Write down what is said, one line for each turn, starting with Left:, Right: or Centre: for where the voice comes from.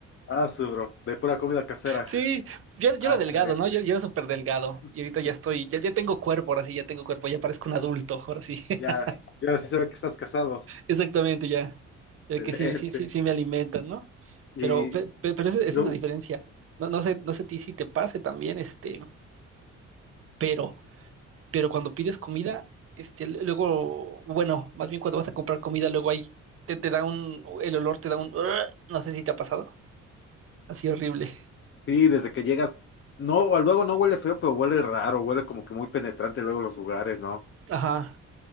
Left: Ah, su bro, de pura comida casera.
Right: Sí, yo, yo
Left: Ah,
Right: era
Left: excelente.
Right: delgado, ¿no? Yo, yo era súper delgado y
Left: <laughs>
Right: ahorita ya estoy, ya, ya tengo cuerpo, ahora sí, ya tengo cuerpo, ya parezco un adulto, ahora sí, <laughs>
Left: Ya, ya sí se ve que estás casado.
Right: exactamente, ya. Se
Left: Excelente.
Right: ve que sí, sí, sí, sí me alimentan, ¿no?
Left: Y
Right: Pero, pe- pe- pero esa, esa
Left: no,
Right: es la diferencia. No, no sé, no sé a ti si te pase también, este, pero, pero cuando pides comida, este, l- luego, bueno, más bien cuando vas a comprar comida, luego ahí te, te da un, el olor te da un, <laughs> "Ugh", no sé si te ha pasado, así horrible.
Left: Sí, desde que llegas, no, luego no huele feo, pero huele raro, huele como que muy penetrante luego los lugares, ¿no?
Right: <laughs> Ajá,